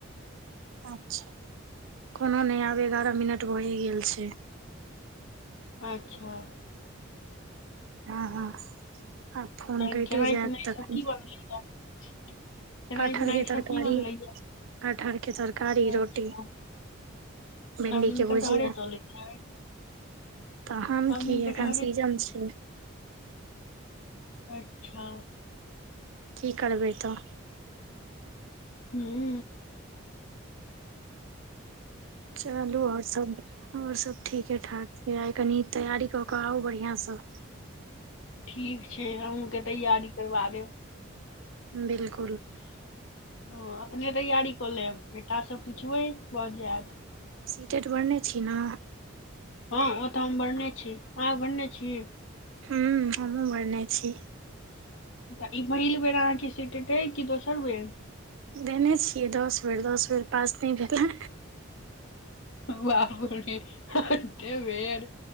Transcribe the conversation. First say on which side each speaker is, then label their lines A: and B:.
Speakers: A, on the right (about 70°); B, on the left (about 70°).
A: अच्छा कोनो नहि आब एगारह मिनट भैये गेल छै
B: अच्छा <unintelligible>
A: हँ हँ आ फोन
B: तहन
A: कटे
B: खेनाइ
A: जायत
B: पिनाइ
A: तखन
B: सब की <inaudible> <inaudible> खेनाइ
A: कटहर
B: पिनाइ
A: के
B: सब
A: तरकारी
B: की बनलैए
A: कटहर के तरकारी
B: या अच्छा
A: रोटी भिंडी
B: सब
A: के
B: दिन
A: भुजिया
B: कटहरे चलै छै
A: तहन
B: सब
A: की
B: दिन कटहरे
A: एखन सीजन
B: चलै
A: छै
B: अच्छा
A: कि करबै तऽ
B: हूँ
A: चलू आओर सब आओर सब ठीके ठाक छै आइ कनि तैयारी कऽ कऽ आउ बढ़िआँसँ
B: ठीक छै अहूँके तैयारी करबा देब
A: बिलकुल
B: ह अपने तैयारी कऽ लेब बेट सब पुछबै भऽ जायत
A: सीटेड बढ़ने छी ने
B: हँ ओ तऽ हम बढ़ने छी अहां बढ़ने छी
A: हूँ हमू भरने छी
B: त ई पहिल बेर अहाँके सीट हेते कि दोसर बेर
A: देने छियै दस बेर दस बेर पास नहि भेलै
B: बापी वेर